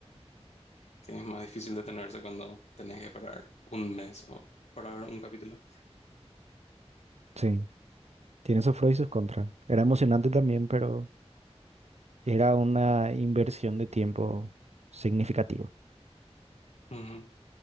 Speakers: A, on the left; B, on the right.
A: que es más difícil detenerse cuando tenés que esperar un mes o para ver un capítulo.
B: sí. Tiene sus pros y sus contras. Era emocionante también, pero era una inversión de tiempo significativa.
A: Ujú.